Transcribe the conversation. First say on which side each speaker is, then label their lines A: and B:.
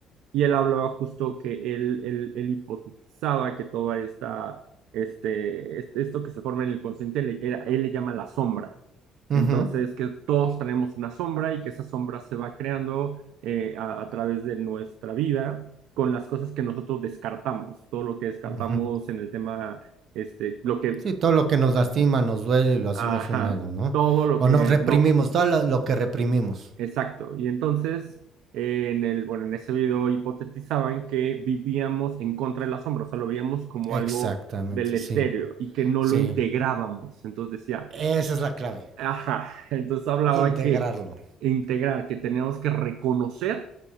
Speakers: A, on the right (about 75°); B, on the right (about 45°).
A: Y él hablaba justo que él, él, él hipotizaba que toda esta, este, este- esto que se forma en el consciente, le- era- él le llama la sombra.
B: ujú,
A: Entonces, que todos tenemos una sombra y que esa sombra se va creando eh, a, a través de nuestra vida con las cosas que nosotros descartamos, todo lo que descartamos
B: ujú.
A: en el tema, este, lo que,
B: Sí, todo lo que nos lastima, nos duele y lo hacemos
A: ajá,
B: a un lado, ¿no?
A: todo lo
B: O
A: que
B: nos reprimimos,
A: no
B: todo lo lo que reprimimos.
A: Exacto. Y entonces, eh, en el, bueno, en ese video hipotetizaban que vivíamos en contra de la sombra, o sea, lo veíamos como
B: Exactamente,
A: algo deletéreo
B: sí,
A: y que no
B: sí.
A: lo integrábamos. Entonces decía,
B: Esa es la clave,
A: ajá, <laughs> entonces hablaba
B: integrarlo.
A: que integrar, que teníamos que reconocer,